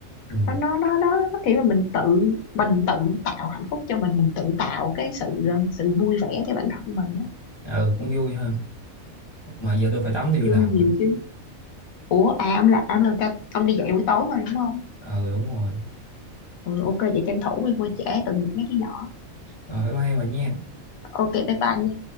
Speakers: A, on the left; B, on the left.
A: ừ
B: nó nó nó nó nó kiểu là mình tự mình tự tạo hạnh phúc cho mình mình tự tạo cái sự um, sự vui vẻ cho bản thân mình á
A: ừ cũng vui ha mà giờ tôi phải tắm tôi
B: vui
A: đi làm
B: nhiều
A: rồi
B: chứ ủa à ông là à, ông là ca ông đi dạy buổi tối mà đúng không
A: ờ đúng rồi
B: ừ, ok vậy tranh thủ đi mua trễ tội nghiệp mấy đứa nhỏ
A: rồi bye bye bà nha
B: ok bye bye nha